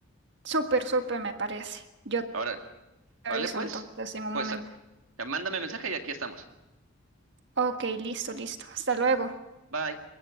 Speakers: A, on the right; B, on the right.
A: Súper, súper me parece. Yo te
B: Ahora, vale,
A: aviso
B: pues,
A: entonces en un
B: pues,
A: momento.
B: eh, mándame mensaje y aquí estamos.
A: Ok, listo, listo. Hasta luego.
B: Bye.